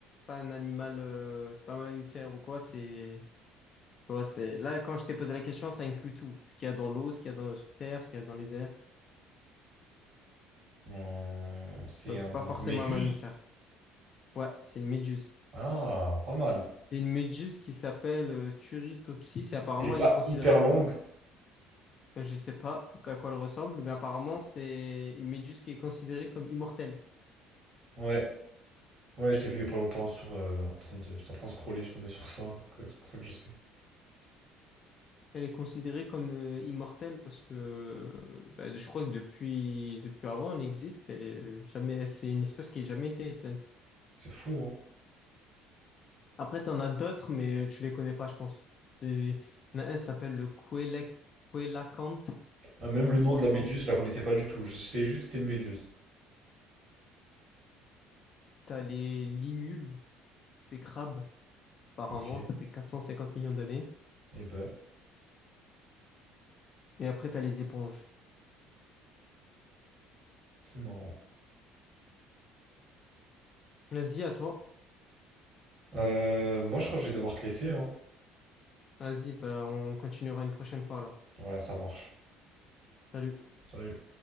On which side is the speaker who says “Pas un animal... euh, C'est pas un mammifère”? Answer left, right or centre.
Left